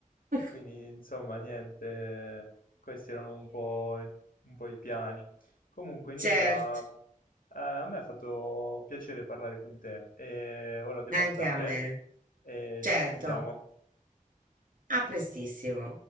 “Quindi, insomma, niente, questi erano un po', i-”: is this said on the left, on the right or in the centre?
Left